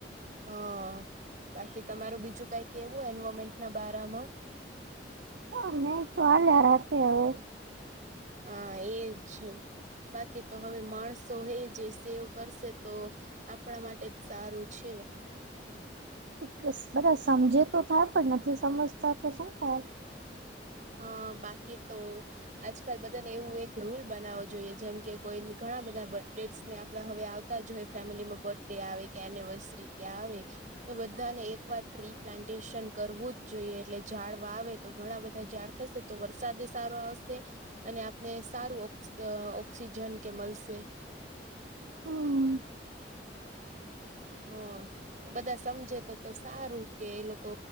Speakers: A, on the right; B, on the right.
A: હ બાકી તમારું બીજું કઈ કેવું એન્વોમેન્ટ ના બારામાં.
B: શમે તો હાલયા રાખે હવે.
A: હ એજ બાકી તો હવે માણસો એ જે સેવ કરશે તો. આપણા માટે જ સારું છે.
B: એક બધા સમજે તો થાય પણ નથી સમજતા તો શું થાય.
A: હા બાકી તો આજકાલ બધાને એવું એક રૂલ બનાવો જોઈએ જેમ કે કોઈ ઘણા બધા બડેટસને આપડા હવે આવતા હોંયે ફેમિલીમાં બર્થ ડે આવે કે એનિવર્સરી કે આવે. તો બધાને એકવાર ટ્રી પ્લાન્ટેશન કરવું જ જોઈએ એટલે ઝાડ વાવે તો ઘણા બધા ઝાડ ખશે તો વરસાદ સારો આવશે અને આપને સારું ઓક્સીજન કે મલસે.
B: હમ
A: હમ બધા સમજે તો તો સારું કે એ લોકો